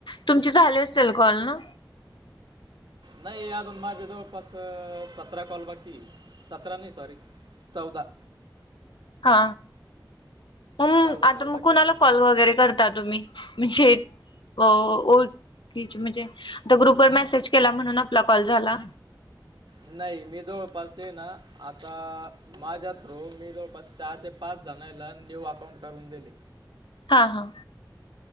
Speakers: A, on the left; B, on the right.
A: तुमचे झाले असेल
B: हम्म.
A: कॉल ना.
B: नाही अजून माझे जवळपास सतरा कॉल वाटती सतरा नाही सॉरी. चौदा.
A: हा मग
B: चौदा कॉल
A: आता मग
B: बाकी
A: कुणाला
B: आहे अजून
A: कॉल वगैरे करत. तुम्ही म्हणजे. ओके म्हणजे आता ग्रुपवर मेसेज केला म्हणून आपला कॉल झाला.
B: नाही मी जवळपासते ना आता माझ्या थ्रो मी जवळपासते. चार ते पाच जणांला न्यू अकाऊंट काढून दिले.
A: हा हा.